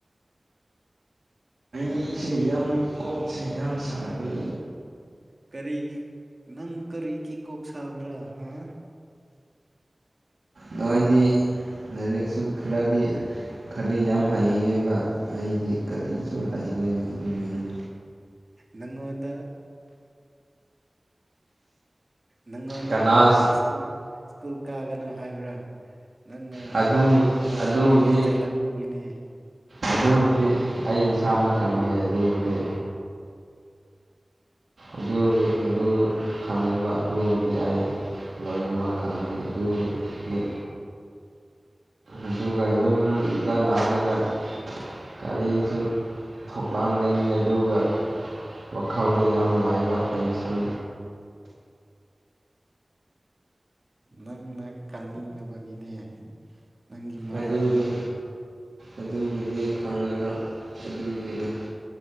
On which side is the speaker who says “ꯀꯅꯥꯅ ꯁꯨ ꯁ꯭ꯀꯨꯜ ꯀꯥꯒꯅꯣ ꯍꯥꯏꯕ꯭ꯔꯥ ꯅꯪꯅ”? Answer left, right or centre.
Right